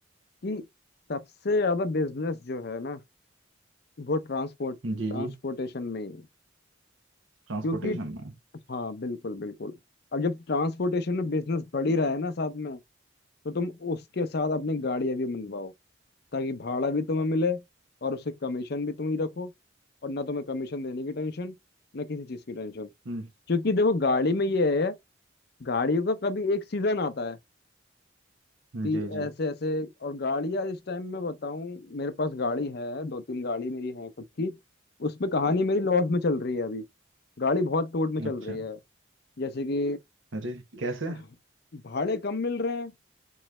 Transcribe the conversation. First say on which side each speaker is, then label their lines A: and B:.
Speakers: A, on the left (about 55°); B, on the right (about 75°).
A: कि सबसे ज्यादा बिजनेस जो है ना वो ट्रांसपोर्ट
B: है जी
A: ट्रांसपोर्टेशन
B: जी
A: में ही है
B: ट्रांसपोर्टेशन
A: क्योंकि
B: में
A: हाँ बिल्कुल बिल्कुल अब जब ट्रांसपोर्टेशन में बिजनेस बढ़ ही रहा है ना साथ में तो तुम उसके साथ अपनी गाड़ियां भी मनवाओ ताकि भाड़ा भी तुम्हें मिले और उससे कमीशन भी तुम ही रखो और ना तुम्हें कमीशन देने की टेंशन ना किसी चीज की टेंशन
B: हम्म,
A: क्योंकि देखो गाड़ी में ये है गाड़ियों का कभी एक सीजन आता है कि
B: जी जी
A: ऐसे ऐसे और गाड़ियां इस टाइम मैं बताऊं मेरे पास गाड़ी है दो तीन गाड़ी मेरी है खुद की उसमें कहानी मेरी लॉस में चल रही है अभी गाड़ी बहुत टोट में चल
B: अच्छा
A: रही है जैसे कि
B: अरे कैसे
A: अह, भाड़े कम मिल रहे हैं